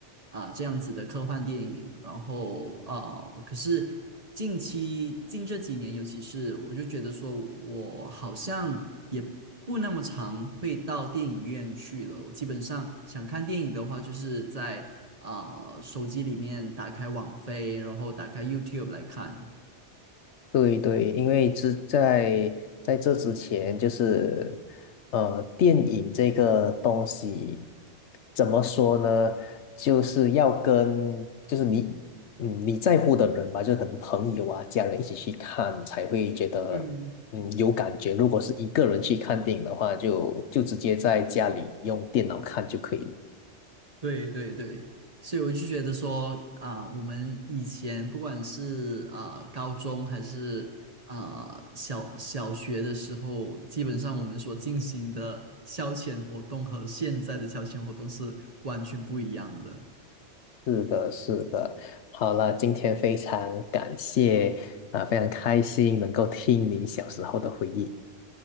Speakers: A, on the right; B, on the left.
A: 啊、这样子的科幻电影，然后啊、可是近期近这几年，尤其是我就觉得说，我好像也不那么常会到电影院去了。我基本上想看电影的话，就是在啊、手机里面打开网飞，然后打开 YouTube 来看。
B: 对对，因为之在在这之前，就是呃，电影这个东西怎么说呢？就是要跟就是你嗯你在乎的人吧，就可能朋友啊、家人一起去看，才会觉得嗯有感觉。
A: 嗯。
B: 如果是一个人去看电影的话，就就直接在家里用电脑看就可以了。
A: 对对对，所以我就觉得说啊、我们以前不管是啊、高中还是啊、小小学的时候，基本上我们所进行的消遣活动和现在的消遣活动是完全不一样的。
B: 是的，是的。好了，今天非常感谢，啊、非常开心能够听你小时候的回忆。